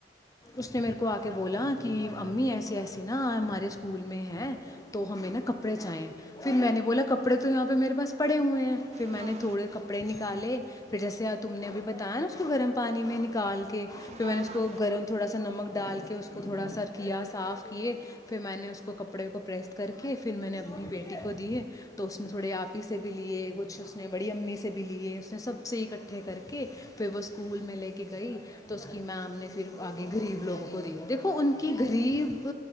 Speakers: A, on the left; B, on the right.
A: اس نے میرے کو آ کہ بولا کہ امی ایسیے ایسی نا ہمارے اسکول میں ہیں تو ہمیں نا کپڑے چاہیں پھر میں نے بولا کپڑے تو یہاں پہ میرے پاس پڑے ہوئے ہیں پھر
B: ہاں
A: میں نے
B: ہاں
A: تھوڑے کپڑے نکل ڈالے پھر جیسے تم نے ابھی بتایا نا اس کو گرم پانی میں نکال کے پھر
B: ہاں
A: میں نے اس
B: ہاں
A: کو گرم تھوڑا سا نمک ڈال کے کہ اس کو تھوڑا سر کیا صاف کیے پھر میں نے اس کو کپڑے کو پریس کر کے پھر میں نے اپنی بیٹی کو دیے تو اس نے تھوڑے آپ ہی سے بھی لیے کچھ اس نے بڑی امی سے بھی لیے اس نے سب سے اکٹھے کر کے پھر وہ اسکول میں لے کے گئی تو اس کی میم نے پھر آگے غریب لوگوں کو دیے دیکھو ان کی غریب